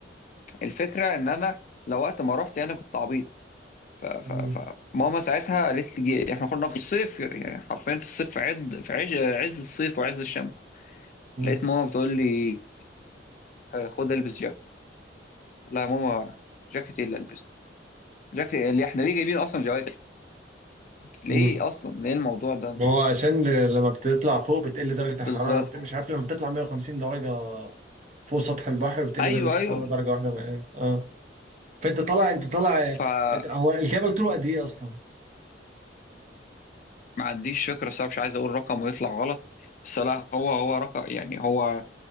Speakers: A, on the left; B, on the right.
A: الفكره ان انا لو وقت ما رحت انا كنت عبيط ف... ف...
B: مم.
A: فماما ساعتها قالت لي جي- احنا كنا في الصيف يعني حرفيا في الصيف في عد في عز عز الصيف وعز الشمس
B: مم.
A: لقيت ماما بتقول لي خد البس جاكيت لا يا ماما جاكيت ايه اللي البسه جاكيت اللي احنا ليه جايبين اصلا جواكت ليه
B: مم.
A: اصلا ليه الموضوع ده
B: ما هو عشان ل- لما بتطلع فوق بتقل درجه الحراره
A: فبالظبط
B: بت- مش عارف لما بتطلع 150 درجه فوق سطح البحر بتقل
A: ايوه
B: درجه الحراره
A: ايوه
B: درجه واحده بقى إيه. اه فانت طالع انت طالع
A: فما
B: انت هو الجبل طوله قد ايه اصلا؟
A: عنديش فكره صراحه مش عايز اقول رقم ويطلع غلط بس لا هو هو رقم يعني هو